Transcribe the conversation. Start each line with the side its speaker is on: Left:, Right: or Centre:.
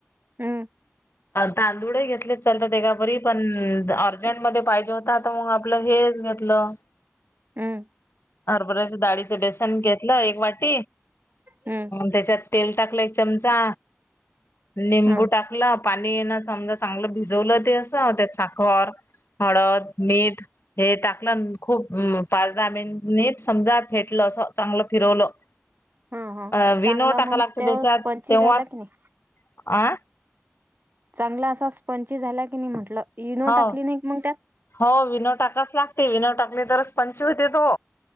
Right: हम्म.
Left: तांदूळ घेतले चालतात एकापरी पण अर्जंटमध्ये पाहिजे होता. आता मग आपलं हेच घेतलं.
Right: हम्म
Left: बऱ्याच डाळीचं बेसन घेतलं एक वाट.
Right: हम्म
Left: त्याच्यात तेल टाकलंय. चमचा निंबू
Right: हा
Left: टाकला. पाणी येणं समजा चांगलं भिजवलं ते असं त्या साखर हळद मीठ. हे टाकलं खूप पाच दहा मिनटनीट समजा फेटलं असं चांगलं फिरवलं.
Right: हा हा
Left: अ विनो
Right: चांगला
Left: टाका
Right: मग
Left: लागत
Right: त्या
Left: त्याच्यात
Right: स्पंची
Left: तेव्हाच
Right: झाला की नाही
Left: अ.
Right: चांगला असा स्पंची झाला की नाही म्हटलं इनो
Left: हो
Right: टाकली नाही की मग त्यात.
Left: हो विनो टाकाच लागते विनो टाकली तरच पंच होते तो.